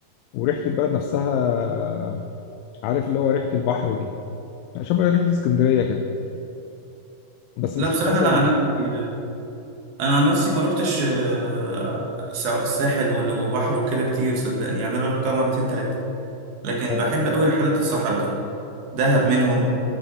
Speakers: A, on the left (about 80°); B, on the right (about 80°).
A: وريحه البلد نفسها عارف اللي هو ريحه البحر دي شبه ريحه اسكندريه كده بس
B: لا
A: مشكلة
B: بصراحة
A: حاجه
B: انا عن
A: واحده
B: نفسي انا عن نفسي ما روحتش آه، الساحل وال- وبحر وكده كتير صدقني يعني انا رحتها مرتين تلاتة لكن
A: اه
B: بحب قوي رحلات الصحراء دي دهب منهم